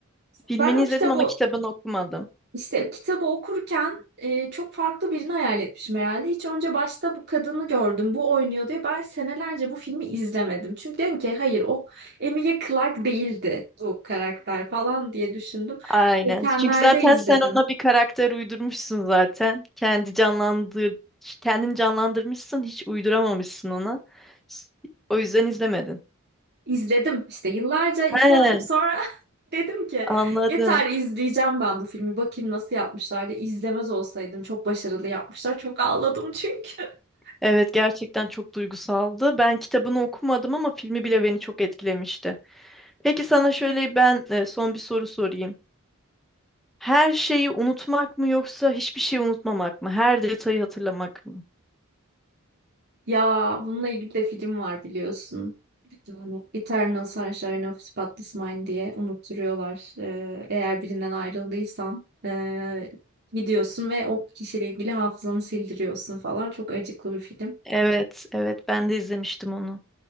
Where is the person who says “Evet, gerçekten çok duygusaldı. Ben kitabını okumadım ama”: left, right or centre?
Centre